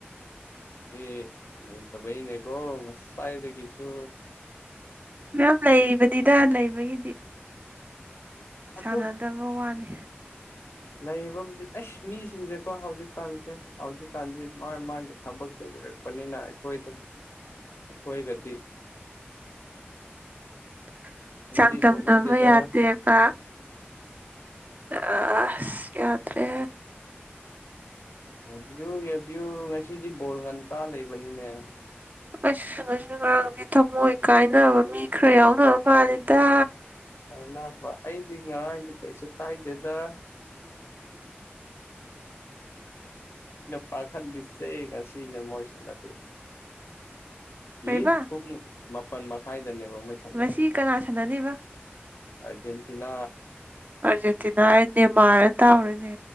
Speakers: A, on the left; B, on the right.
A: ꯑꯦ ꯂꯩꯇꯕꯩꯅꯦꯀꯣ ꯉꯁꯥꯢꯗꯒꯤꯁꯨꯨ
B: ꯃꯌꯥꯝ ꯂꯩꯕꯅꯤꯗ ꯂꯩꯕꯒꯤꯗꯤ
A: ꯑꯗꯨ
B: ꯁꯥꯟꯅꯗꯕ ꯋꯥꯅꯤ
A: ꯂꯩꯕꯕꯨꯗꯤ ꯑꯁ ꯃꯤꯁꯤꯡꯁꯦꯀꯣ ꯍꯧꯖꯤꯛꯀꯥꯟꯁꯦ ꯍꯧꯖꯤꯛꯀꯥꯟꯁꯤ ꯃꯥ ꯃꯥꯒꯤ ꯊꯕꯛꯇꯨ ꯂꯩꯔꯛꯄꯅꯤꯅ ꯑꯩꯈꯣꯏꯗꯨ ꯑꯈꯣꯏꯒꯗꯤ
B: <inaudible>
A: ꯈꯪꯕꯤ
B: ꯆꯥꯡꯗꯝꯅꯕ
A: ꯄꯣꯠ ꯅꯠꯇꯦꯗ
B: ꯌꯥꯗꯦꯕ ꯑ ꯑꯁ ꯌꯥꯗ꯭ꯔꯦ
A: ꯌꯦꯡꯕꯤꯌꯨ ꯌꯦꯡꯕꯤꯌꯨ ꯉꯁꯤꯗꯤ ꯕꯣꯜ ꯉꯟꯇꯥ ꯂꯩꯕꯅꯤꯅꯦ
B: ꯑꯁ ꯉꯁꯤ ꯉꯔꯥꯡꯗꯤ ꯊꯝꯃꯣꯏ ꯀꯥꯏꯅꯕ ꯃꯤ ꯈꯔ ꯌꯥꯎꯅꯕ ꯃꯥꯜꯂꯤꯗ
A: ꯀꯥꯢꯅꯕ ꯑꯩꯗꯤ ꯉꯔꯥꯡꯗꯤ ꯀꯩꯁꯨ ꯀꯥꯏꯗꯦꯗ ꯄꯥꯈꯠ ꯂꯤꯁꯦ ꯉꯁꯤꯅꯦ ꯃꯣꯏ ꯁꯅꯗꯣꯢꯁꯦ
B: ꯀꯔꯤꯕ
A: ꯌꯤ ꯍꯨꯝ ꯃꯨꯛ ꯃꯥꯄꯜ ꯃꯈꯥꯏꯗꯅꯦꯕ ꯃꯣꯢ ꯁꯥꯟꯅꯗꯣꯢꯁꯦ
B: ꯉꯁꯤ ꯀꯅꯥ ꯁꯥꯟꯅꯅꯤꯕ
A: ꯑꯔꯖꯦꯟꯇꯤꯅꯥ
B: ꯑꯔꯖꯦꯟꯇꯤꯅꯥ ꯍꯥꯏ ꯅꯦꯃꯥꯔꯗ ꯇꯥꯎꯔꯤꯅꯦ